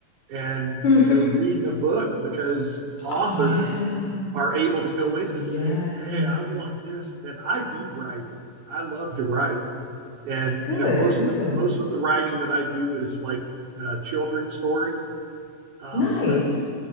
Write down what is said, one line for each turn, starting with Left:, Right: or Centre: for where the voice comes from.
Right: and you
Left: <laughs>
Right: know reading a book because authors
Left: Oh yeah,
Right: are able to go in
Left: yeah.
Right: and say, "Hey, I want this," and I do write. I love to write, and
Left: Good,
Right: you know most
Left: me
Right: of
Left: too.
Right: the, most of the writing that I do is like uh, children's stories. Um,
Left: Nice,
Right: but